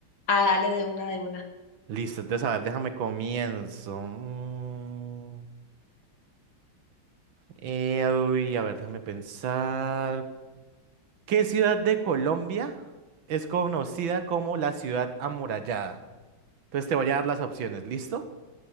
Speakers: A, on the left; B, on the right.
A: Ah, dale de una, de una.
B: Listo, entonces
A: Bueno.
B: a ver, déjame comienzo. Mm, eh, uy, a ver, déjame pensar. ¿Qué ciudad de Colombia es conocida como la ciudad amurallada? Entonces te voy a dar las opciones, ¿listo?